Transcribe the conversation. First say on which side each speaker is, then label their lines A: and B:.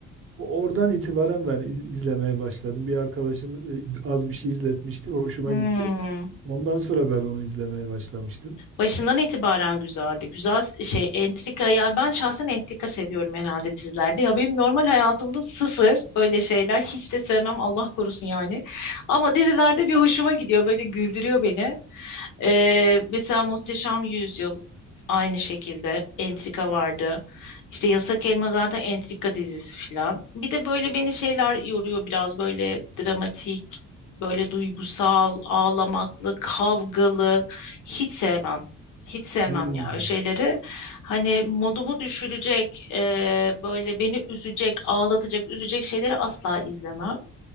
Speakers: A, on the right; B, on the left.
A: Oradan itibaren ben iz- izlemeye başladım. Bir arkadaşım e, az bir şey izletmişti, hoşuma
B: Hmm.
A: gitti. Ondan sonra ben onu izlemeye başlamıştım.
B: Başından itibaren güzeldi. Güzel şey entrika yani ben şahsen entrika seviyorum herhalde dizilerde. Ya benim normal hayatımda sıfır öyle şeyler hiç de sevmem Allah korusun yani. Ama dizilerde bir hoşuma gidiyor böyle güldürüyor beni. Ee, mesela Muhteşem Yüzyıl aynı şekilde entrika vardı. İşte Yasak Elma zaten entrika dizisi filan. Bir de böyle beni şeyler yoruyor biraz böyle dramatik, böyle duygusal, ağlamaklı, kavgalı hiç sevmem. Hiç sevmem
A: Hmm.
B: ya şeyleri. Hani modumu düşürecek, e, böyle beni üzecek, ağlatacak, üzecek şeyleri asla izlemem.